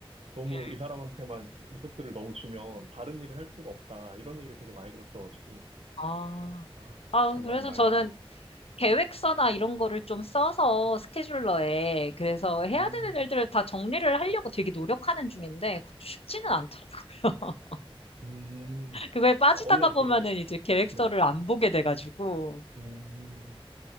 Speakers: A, on the right; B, on the left.
A: 너무
B: 네.
A: 이 사람한테만 리소스를 너무 주면 다른 일을 할 수가 없다 이런 얘기를 되게 많이 들었어가지고
B: 아,
A: 아,
B: 아,
A: 공감이
B: 그래서
A: 많이
B: 저는
A: 되는.
B: 계획서나 이런 거를 좀 써서 스케줄러에 그래서 해야
A: 음,
B: 되는 일들을 다 정리를 하려고 되게 노력하는 중인데 그것도 쉽지는 않더라고요. <laughs>
A: 음.
B: 그거에 빠지다가
A: 아, 원래
B: 보면은
A: 이게
B: 이제 계획서를
A: 네네.
B: 안 보게 돼가지고
A: 음,